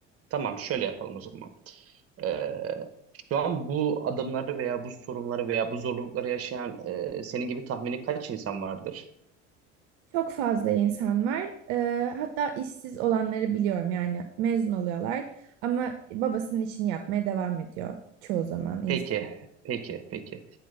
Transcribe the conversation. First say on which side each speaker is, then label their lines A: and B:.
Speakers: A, on the right; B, on the right.
A: Tamam şöyle yapalım o zaman. Ee, şu an bu adımları veya bu sorunları veya bu zorlukları yaşayan e, senin gibi tahmini kaç insan vardır?
B: Çok fazla insan var. Ee, hatta işsiz olanları biliyorum yani mezun oluyorlar ama babasının işini yapmaya devam ediyor çoğu zaman insan.
A: Peki, peki, peki.